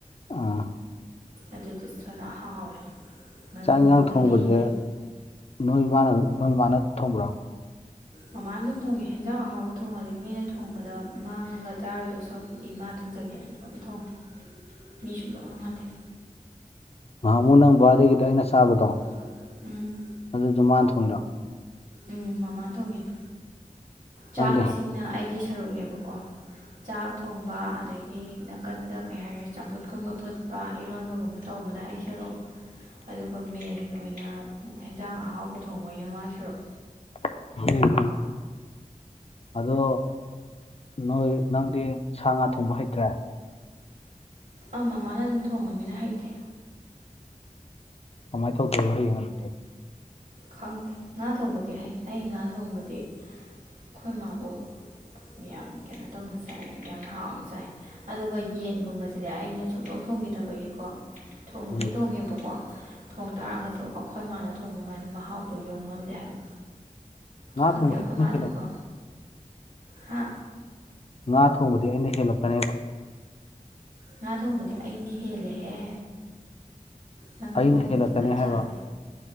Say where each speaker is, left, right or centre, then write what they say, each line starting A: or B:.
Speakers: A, on the left; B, on the right.
A: ꯑꯥ
B: ꯑꯗꯨꯗꯤ ꯏꯁ ꯐꯖꯟꯅ ꯍꯥꯎꯋꯦ ꯉꯥꯅꯨꯗꯨꯅꯒ
A: ꯆꯥꯛ ꯍꯤꯡꯖꯥꯡ ꯊꯣꯡꯕꯁꯦ
B: ꯂꯤꯔꯦ
A: ꯅꯣꯏ <unintelligible> ꯅꯣꯏ ꯃꯅ ꯊꯣꯡꯕ꯭ꯔꯣ
B: ꯃꯃꯥꯅ ꯑꯗꯨꯝ ꯊꯣꯡꯉꯦ ꯍꯦꯟꯖꯥꯡ ꯑꯍꯥꯎꯕ ꯊꯣꯡꯉꯗꯤ ꯃꯤꯅ ꯊꯣꯡꯕꯗ ꯃꯥꯡꯉꯒ ꯆꯥꯔꯣꯏꯗꯧ ꯁꯔꯨꯛꯄꯨꯗꯤ ꯃꯥ ꯊꯣꯡꯖꯒꯦꯅ ꯑꯗꯨ ꯑꯗꯨꯝ ꯊꯣꯡꯉꯦ ꯃꯤ ꯁꯨꯡꯊꯣꯡ ꯊꯣꯡꯉꯥꯟꯗꯦ
A: ꯅꯍꯥꯃꯨꯛ ꯅꯪ ꯕꯥꯔꯗꯦꯒꯤꯗ ꯑꯩꯅ ꯆꯥꯕꯗꯣ
B: ꯆꯥꯕꯗꯣ ꯎꯝ
A: ꯑꯗꯨꯗꯣ ꯃꯥꯅ ꯊꯣꯡꯉꯤꯔꯣ
B: ꯎꯝ ꯃꯃꯥꯅ ꯊꯣꯡꯉꯤꯅꯦ ꯆꯥꯛ
A: ꯅꯪꯗꯤ
B: ꯏꯁꯤꯡꯅ
A: ꯍꯩ
B: ꯑꯩꯒꯤ ꯁꯔꯨꯛꯅꯦꯕ ꯀꯣ ꯆꯥꯛ ꯊꯣꯡꯕ ꯑꯗꯒꯤ ꯅꯥꯀꯟꯗ ꯀꯩ ꯍꯥꯏꯔꯦ ꯆꯝꯐꯨꯠꯀꯨꯝꯕ ꯐꯨꯠ ꯄꯥ ꯏꯔꯣꯟꯕꯒꯨꯝꯕ ꯇꯧꯕꯅ ꯑꯩ ꯁꯔꯨꯛ ꯑꯗꯨꯒ ꯃꯦꯟ ꯑꯣꯏꯅ ꯍꯦꯟꯖꯥꯡ ꯑꯍꯥꯎꯕ ꯊꯣꯡꯕꯩꯅ ꯃꯥꯏ ꯁꯔꯨꯛ
A: <inaudible> ꯑꯗꯣ ꯅꯣꯏ ꯅꯪꯗꯤ ꯁꯥ ꯉꯥ ꯊꯣꯡꯕ ꯍꯩꯇ꯭ꯔꯦ
B: ꯑꯝ ꯃꯃꯥꯅ ꯑꯗꯨꯝ ꯊꯣꯡꯉꯃꯤꯅ ꯍꯩꯇꯦ
A: ꯀꯃꯥꯏ ꯇꯧꯗꯣꯏꯕ ꯍꯌꯦꯡ ꯑꯗꯨꯗꯤ
B: ꯈꯪꯗꯦ ꯉꯥ ꯊꯣꯡꯕꯗꯤ ꯍꯩ ꯑꯩ ꯉꯥ ꯊꯣꯡꯕꯗꯤ ꯑꯩꯈꯣꯏ ꯃꯥꯕꯣꯛ ꯌꯥꯝ ꯀꯩꯅꯣ ꯇꯧꯅꯁꯩ ꯆꯥꯏ ꯌꯥꯝ ꯍꯥꯎꯅ ꯆꯥꯏ ꯑꯗꯨꯒ ꯌꯦꯟꯒꯨꯝꯕꯁꯤꯗꯤ ꯑꯩꯅ ꯁꯨꯡꯊꯣꯡ ꯊꯣꯡꯈꯤꯗꯕꯒꯤꯀꯣ ꯊꯣꯡꯕꯨꯗꯤ
A: ꯎꯝ
B: ꯊꯣꯡꯉꯦꯕꯀꯣ ꯊꯣꯡ ꯇꯔꯒꯁꯨ ꯑꯩꯈꯣꯏ ꯃꯥꯅ ꯊꯣꯡꯕꯃꯥꯏꯅ ꯃꯍꯥꯎꯗꯣ ꯌꯧ ꯉꯝꯗꯦ ꯍꯥꯏꯕ
A: ꯉꯥ
B: ꯈꯪꯗꯦ
A: ꯊꯣꯡꯕꯗꯤ
B: ꯑꯩꯈꯣꯏ
A: ꯑꯩꯅ
B: ꯃꯥꯗꯤꯀꯣ
A: ꯍꯦꯜꯂꯛ
B: ꯍꯥ
A: ꯉꯥ ꯊꯣꯡꯕꯗꯤ ꯑꯩꯅ ꯍꯦꯜꯂꯛꯀꯅꯦꯕ
B: ꯉꯥ ꯊꯣꯡꯕꯗꯤ ꯑꯩꯅ ꯍꯦꯜꯂꯦꯍꯦ ꯅꯪ
A: ꯑꯩꯅ
B: ꯊꯣꯡꯉꯤ
A: ꯍꯦꯜꯂꯛꯀꯅꯤ
B: ꯀꯠꯆꯥꯅꯤ
A: ꯍꯥꯏꯕ